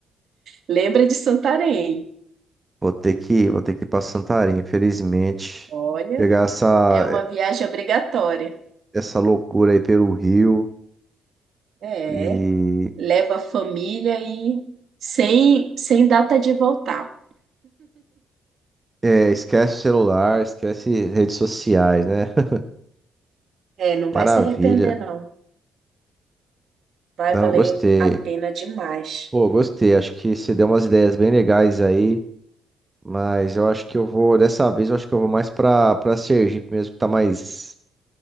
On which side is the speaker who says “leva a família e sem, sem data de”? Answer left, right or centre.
Right